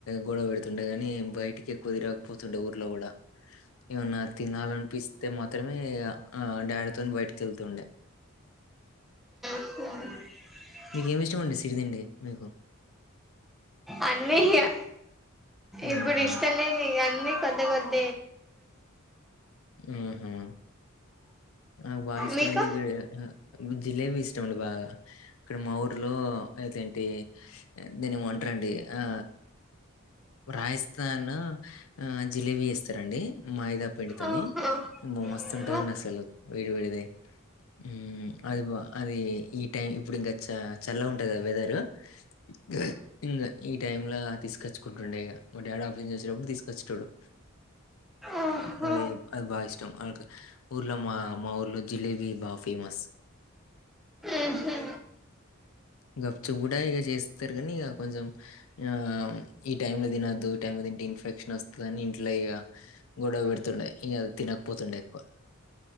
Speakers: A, on the left; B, in the centre.
A: గొడవ పెడుతుండే గానీ బయటికి. ఎక్కువ తిరగకపోతుండే ఊర్లో కూడా ఏవన్నా తినాలి అనిపిస్త్. తే మాత్రమే ఇగా ఆ డాడీతోని బయటికి ఎళ్తుండే.
B: ఆఓ
A: మీకేమి ఇష్టంమండి సిరిదిండి మీకు.
B: అన్నీ ఇగాయి
A: హుహు.
B: ఇప్పుడు ఇష్టలేని అన్నీ కొద్ది కొద్ద్.
A: ఊహు నాకు బాగా ఇష్టం
B: మీకు
A: ఐంది గుడ్ ఆ జిలేేబీ ఇష్టమండి బాగా. ఇక్కడ మా ఊర్ళో అదేంటీ దాన్ని ఏమో అంటరండి ఆ. రాజస్థాన్ ఆ ఆ జిలేబీ చేస్తరండీ మాయిదా పండితోని.
B: ఓహో
A: అమ్మ మస్తుంటదండి
B: ఓహో
A: అసలు వేడి వేడిది. ఊ అది బా అది ఈ టైం ఇప్పుడు ఇంకా చా చల్లగ ఉంటది గదా వెదరు. అే ఇంద ఈ టైమ్ లా తీసుకొచ్చుకుంటుండే ఇగా మా డాడీ ఆఫీస్ నుంచి వచ్చెటప్పుడు తీసుకొచ్చేటోడు.
B: ఓహో
A: అదది అది బాగా ఇష్టం అ ఊర్లో మా. మా ఊర్లో జిలేబీ బా ఫేమస్.
B: ఉహు
A: కొంచెం కూడా ఇక చేస్తారు కానీ ఇక కొంచెం ఆ ఈ టైమ్ లో తినొద్దు ఈ టై లో తిన్ ఇన్ఫెక్షన్ వస్తదని ఇంట్లో ఇగ గొడవ పెడుతుండే ఇంకా తినకపోతుండే ఎక్కువ